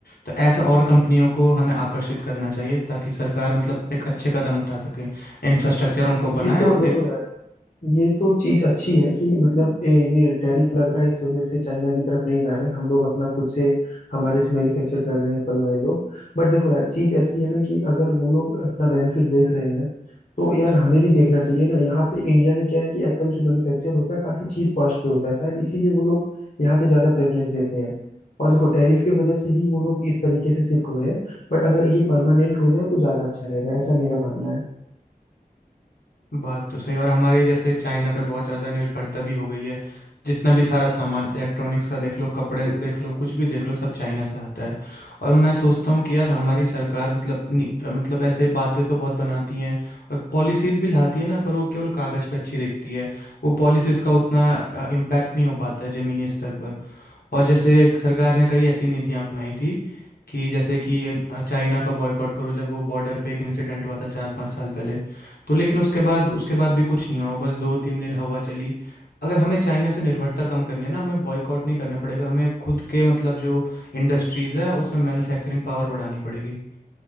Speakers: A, on the left; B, on the left.
A: तो ऐसे और कंपनियों को हमें आकर्षित करना चाहिए ताकि सरकार मतलब एक अच्छे कदम उठा सके इंफ्रास्ट्रक्चर उनको
B: ये
A: बनाए
B: तो
A: और
B: देखो
A: एक
B: यार ये तो चीज अच्छी है कि मतलब ए, ये टैरिफ लग रहा है इस वजह से चाइना की तरफ नहीं जा रहे हम लोग अपना खुद से हमारे से मैन्युफैक्चर कर रहे हैं एप्पल वाले लोग बट देखो यार चीज ऐसी है ना कि अगर वो लोग अपना बेनिफिट देख रहे हैं तो यार हमें भी देखना चाहिए ना यहाँ पे इंडिया में क्या है कि एप्पल जो मैन्युफैक्चर होता है काफी चीप कॉस्ट पे होता है शायद इसीलिए वो लोग यहाँ पे ज्यादा प्रेफरेंस देते हैं और देखो टैरिफ की वजह से ही वो लोग इस तरीके से शिफ्ट हो रहे हैं बट अगर ये परमानेंट हो जाए तो ज्यादा अच्छा रहेगा ऐसा मेरा मानना है
A: बात तो सही और हमारी जैसे चाइना पे बहुत ज़्यादा निर्भरता भी हो गई है जितना भी सारा सामान इलेक्ट्रॉनिक्स का देख लो कपड़े देख लो कुछ भी देख लो सब चाइना से आता है और मैं सोचता हूँ कि यार हमारी सरकार मतलब नि- मतलब ऐसे बातें तो बहुत बनाती हैं और पॉलिसीज़ भी लाती है ना पर वो केवल कागज़ पे अच्छी दिखती है वो पॉलिसीज़ का उतना इम्पैक्ट नहीं हो पाता है ज़मीनी स्तर पर और जैसे सरकार ने कई ऐसी नीतियां अपनाई थी कि जैसे कि ये, अ, चाइना का बॉयकॉट करो जब वो बॉर्डर पे एक इंसिडेंट हुआ था चार पाँच साल पहले तो लेकिन उसके बाद उसके बाद भी कुछ नहीं हुआ वो बस दो तीन दिन हवा चली अगर हमें चाइना से निर्भरता कम करनी है ना हमें बॉयकॉट नहीं करना पड़ेगा हमें खुद के मतलब जो इंडस्ट्रीज़ है उसमें मैन्युफैक्चरिंग पावर बढ़ानी पड़ेगी